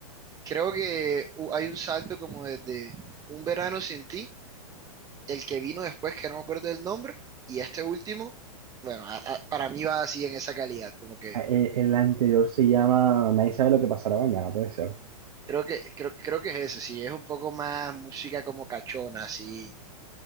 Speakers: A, on the right; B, on the right.
A: Creo que hu- hay un salto como desde Un verano sin ti, el que vino después, que no me acuerdo del nombre, y este último, bueno, a- a- para mí va así en esa calidad, como que
B: Ah, El, el anterior se llama Nadie sabe lo que pasará mañana, puede ser.
A: creo que creo, creo que es eso, sí, es un poco más música como cachona, así,